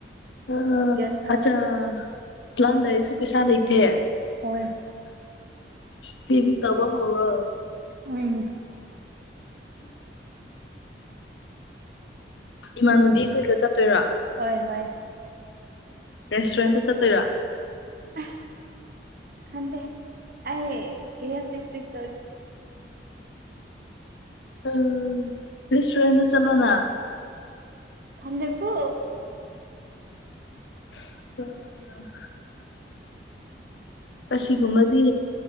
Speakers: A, on the left (about 75°); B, on the right (about 50°).
A: ꯑ
B: ꯒ꯭ꯌꯥꯟ ꯇꯥꯗꯦ
A: ꯑꯆꯥ ꯄ꯭ꯂꯥꯟ ꯂꯩꯔꯁꯨ ꯄꯩꯁꯥ ꯂꯆꯩꯇꯦ
B: ꯍꯣꯏ
A: ꯁꯤꯕꯤꯡ ꯇꯧꯕ ꯍꯧꯔꯣ
B: ꯎꯝ
A: ꯏꯃꯥꯟꯅꯗꯤ ꯑꯩꯈꯣꯏꯒ ꯆꯠꯇꯣꯏꯔꯥ
B: ꯍꯣꯏ ꯍꯣꯏ
A: ꯔꯦꯁꯇꯨꯔꯦꯟꯇ ꯆꯠꯇꯣꯏꯔ
B: ꯑ ꯈꯗꯦ ꯑ ꯀꯦ ꯁꯤ ꯄꯔꯤ ꯇꯦ
A: ꯎꯝ ꯔꯦꯁꯇꯨꯔꯦꯟ ꯆꯂꯣꯅ
B: ꯈꯪꯗꯦꯀꯣ
A: ꯑꯣ ꯎꯝ ꯑꯁꯤꯒꯨꯝꯕꯗꯤ